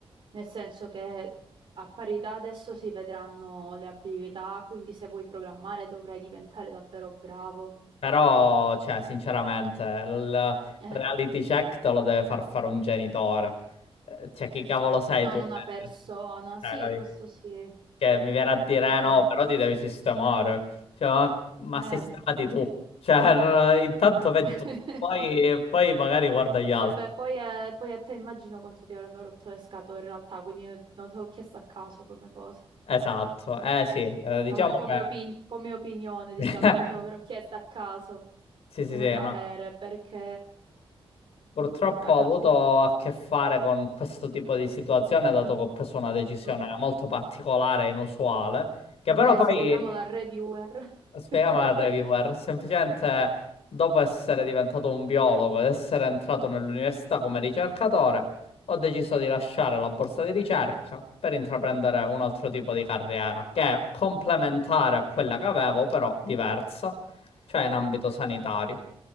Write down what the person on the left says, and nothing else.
Però, cioè, sinceramente, il
reality check te lo deve far fare un genitore. Eh, Cioè, chi cavolo sei
tu?
che
cioè,
capi?
Che mi viene a dire
"Eh, no, però ti devi sistemare. Cioè, ma, ma
sistemati tu. Cioè, no, intanto vedi
tu, poi, poi magari guarda gli altri.
Esatto, eh sì, eh, diciamo
che...
<laughs>
Sì, sì,
sì,
no.
Purtroppo
ho
avuto a che fare con questo tipo di situazione, dato che ho preso una decisione
molto particolare e inusuale, che
però poi
Spiegami
a reviewer,
semplicemente dopo essere diventato un biologo ed essere entrato nell'università come ricercatore, ho deciso di lasciare la borsa di ricerca per intraprendere un altro tipo di carriera, che è complementare a quella che avevo, però diversa, cioè in ambito sanitario.